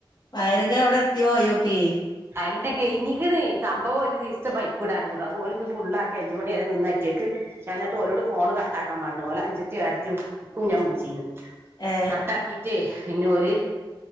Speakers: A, on the left; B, on the right.
A: വയറിങ്ങ് എവിടെ എത്തി പോയോക്കി
B: അല്ല കെയിഞ്ഞിക്ക്ണേ സംഭവം ഒരു ദിസ്ത്തെ പൈപ്പ്ടാനും കൂട ഓല്ന്ന് ഫുള്ളാക്കി അഞ്ചുമണി വരെ നിന്ന അറ്റിയാക്ക് ഞാന് ന്നിട്ട്ഓലോട് ഫോണ് കട്ടാക്കാ പറഞ്ഞു ഓല അഞ്ചതിയും ഏട്ത്തിയും ക്കു ഞാൻ വിൾച്ചീന്ന്
A: ഏ
B: കട്ടാകീറ്റേ പിന്നെ ഓല്.